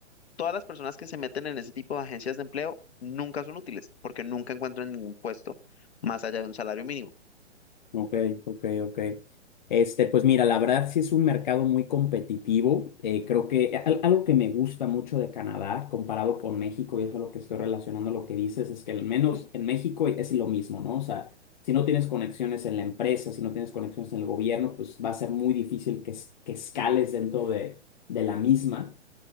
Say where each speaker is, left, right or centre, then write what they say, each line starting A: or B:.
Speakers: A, on the left; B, on the left.
A: todas las personas que se meten en ese tipo de agencias de empleo nunca son útiles porque nunca encuentran ningún puesto más allá de un salario mínimo.
B: Ok, ok, ok. Este, pues mira, la verdad sí es un mercado muy competitivo. Eh, creo que al- algo que me gusta mucho de Canadá comparado con México, y eso es lo que estoy relacionando lo que dices, es que al menos en México es lo mismo, ¿no? O sea, si no tienes conexiones en la empresa, si no tienes conexiones en el gobierno, pues va a ser muy difícil que, es- que escales dentro de, de la misma